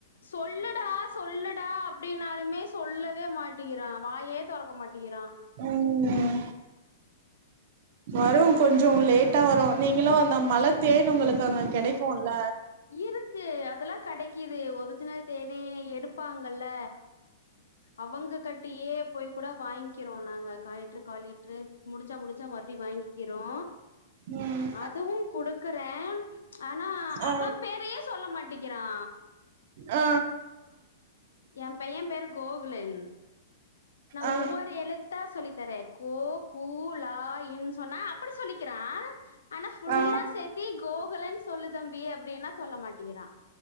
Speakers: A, on the left (about 80°); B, on the right (about 55°).
A: சொல்லுடா சொல்லுடா அப்டினாலுமே சொல்லவே மாட்டிக்கிறா வாயே தொறக்க மாட்டிக்கிறா
B: ம் வரு கொஞ்சோ லேட்டா வரு நீங்களு அந்த மலத்தேனு உங்களுக்கு அங்க கெடைக்குல
A: இருக்கு அதெல்லா கெடைக்கிது ஒரிஜினல் தேனே எடுப்பாங்கல்ல அவங்க கட்டியே போய் கூட வாங்க்கிறோ நாங்க கா லிட்டரு கா லிட்டரு முடிச்சா முடிச்சா மறுட்டி வாங்கிக்கிறோ
B: ம்
A: அதுவு குடுக்குறே ஆனா
B: ஆ
A: அவன் பேரையே சொல்ல மாட்டிங்கிறா
B: ஆ
A: ஏ பைய பேரு கோகுலன் நா
B: ஆ ஆ
A: ஒவ்வொரு எழுத்தா சொல்லித்தரே கோ கு ல ன் சொன்னா அப்டி சொல்லி க்கிறா ஆனா ஃபுல்லா
B: ஆ ஆ
A: சேத்தி கோகுலன்னு சொல்லு தம்பி அப்டின்னா சொல்ல மாட்டிக்கிறா